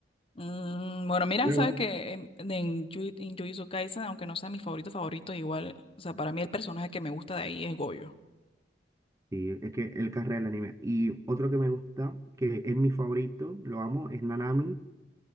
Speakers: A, on the left; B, on the right.
A: Mm, bueno, mira,
B: Luego,
A: sabes que en, de- en, Yu- en Jujutsu Kaisen, aunque no sea mi favorito favorito, igual, o sea, para mí el personaje que me gusta de ahí es Goyo.
B: Sí, es que el carrera del anime. Y otro que me gusta, que es mi favorito, lo amo, es Nanami.